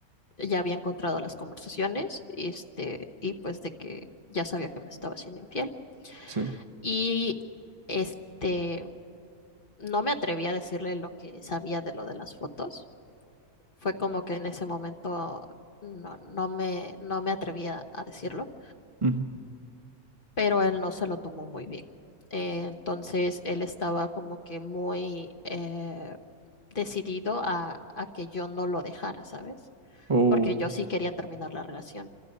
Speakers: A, on the left (about 40°); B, on the right (about 25°).
A: ya había encontrado las conversaciones, este, y pues de que ya sabía que me estaba siendo infiel.
B: Sí.
A: Y este, no me atreví a decirle lo que sabía de lo de las fotos. Fue como que en ese momento no, no me, no me atrevía a decirlo,
B: ujú.
A: pero él no se lo tomó muy bien. Eh, entonces él estaba como que muy eh, decidido a, a que yo no lo dejara, ¿sabes?
B: O,
A: porque yo sí quería terminar la relación,